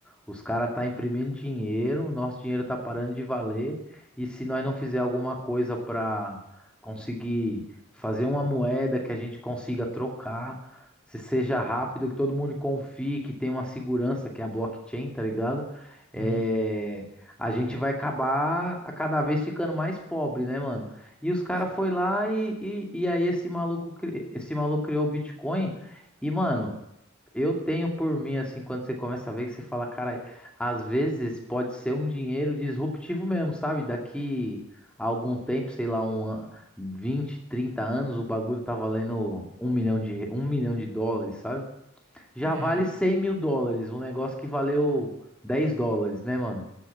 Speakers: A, in the centre; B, on the right.
A: os caras tá imprimindo dinheiro, nosso dinheiro tá parando de valer, e se nós não fizer alguma coisa pra conseguir fazer uma moeda que a gente consiga trocar, se seja rápido, que todo mundo confie, que tenha uma segurança, que é a blockchain, tá ligado? É,
B: Uhum.
A: a gente vai acabar a cada vez ficando mais pobre, né, mano? E os caras
B: Certo.
A: foi lá e, e, e aí esse maluco, cri- esse maluco criou o Bitcoin. E, mano, eu tenho por mim, assim, quando você começa a ver, que você fala, cara, às vezes pode ser um dinheiro disruptivo mesmo, sabe? Daqui a algum tempo, sei lá, um, an- 20, 30 anos, o bagulho tá valendo um milhão de, re- um milhão de dólares, sabe? Já
B: É,
A: vale 100 mil dólares, um negócio que valeu 10 dólares, né, mano?